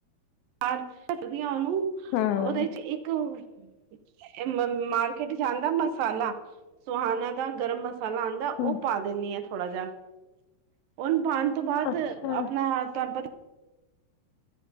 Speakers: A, on the right (about 75°); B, on the left (about 80°).
A: <unintelligible> ਢੱਕ ਦੀਆਂ ਉਹਨੂੰ
B: ਹਮ
A: ਉਹਦੇ ਚ ਇੱਕ <unintelligible> ਮਾਰਕੀਟ ਚ ਆਂਦਾ ਮਸਾਲਾ ਸੁਹਾਨ ਦਾ ਗਰਮ ਮਸਾਲਾ ਆ ਉਹ
B: ਹਮ
A: ਪਾ ਦਿੰਦੀ ਆ ਥੋੜ੍ਹਾ ਜਿਹਾ ਉਹਨੂੰ ਪਾਉਣ ਤੋਂ ਬਾਅਦ
B: ਅੱਛਾ
A: ਆਪਣਾ <unintelligible>